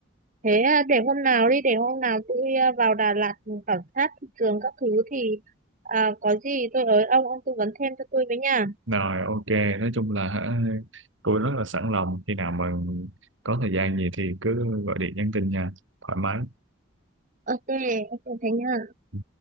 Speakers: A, on the right (about 40°); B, on the right (about 70°).
A: Thế à, để hôm nào đi để hôm nào tôi à, vào Đà Lạt mình khảo sát thị trường các thứ thì à, có gì tôi ới ông ông tư vấn thêm cho tôi với nha
B: Rồi ok, nói chung là hả, tôi rất là sẵn lòng khi nào mà có thời gian gì thì cứ gọi điện nhắn tin nha, thoải mái.
A: ok ok thế nha
B: Ừ.